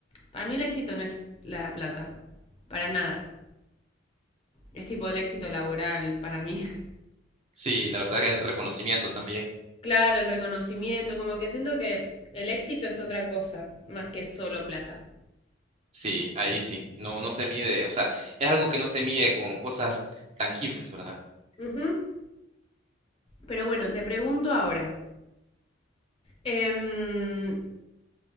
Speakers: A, on the left; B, on the right.
A: para mí el éxito no es la plata, para nada. Es tipo el éxito laboral para mí. <laughs>
B: Sí, la verdad que el reconocimiento también.
A: Claro, el reconocimiento, como que siento que el éxito es otra cosa, más que solo plata.
B: Sí, ahí sí, no, no se mide, o sea, es algo que no se mide con cosas tangibles, ¿verdad?
A: Ujú. Pero bueno, te pregunto ahora, em,